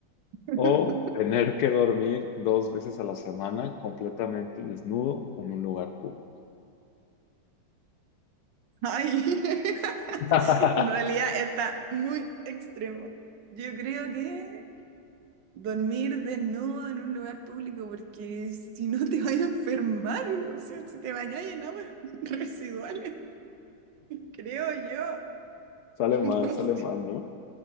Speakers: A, on the right; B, on the left.
A: <laughs>
B: o tener que dormir dos veces a la semana completamente desnudo en un lugar público.
A: Ay, <laughs>
B: <laughs>
A: en realidad está muy extremo. Yo creo que dormir desnudo en un lugar público, porque si no te vas a enfermar, o sea, si te bañas en aguas <laughs> residuales, creo yo.
B: Sale
A: <laughs>
B: mal,
A: No
B: sale
A: sé,
B: mal, ¿no?